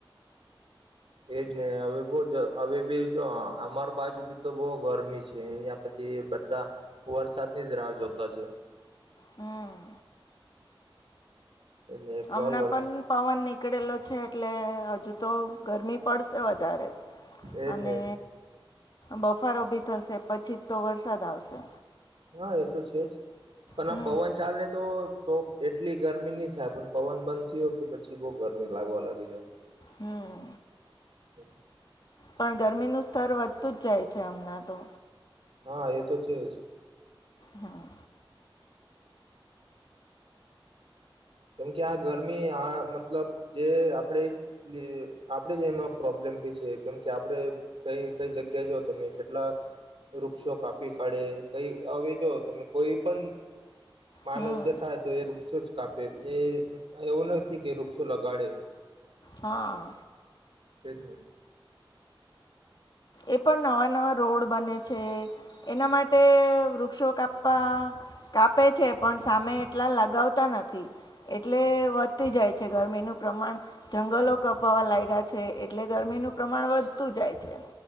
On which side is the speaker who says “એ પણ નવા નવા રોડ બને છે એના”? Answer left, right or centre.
Left